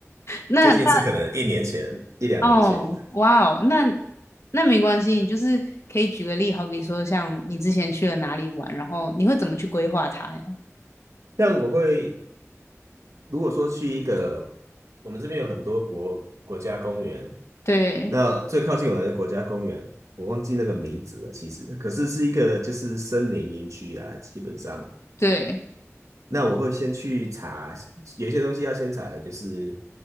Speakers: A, on the left; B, on the right.
A: 那
B: 最近是可能一年前、
A: <laughs> 那
B: 一两年前了。
A: 哦，哇哦，那那没关系，你就是可以举个例，好比说像你之前去了哪里玩，然后你会怎么去规划它呀？
B: 但我会，如果说去一个，我们这边有很多国国家公园，
A: 对
B: 那最靠近我的国家公园，我忘记那个名字了，其实，可是是一个就是森林营区啊，基本上。
A: 对，
B: 那我会先去查，有一些东西要先查的，就是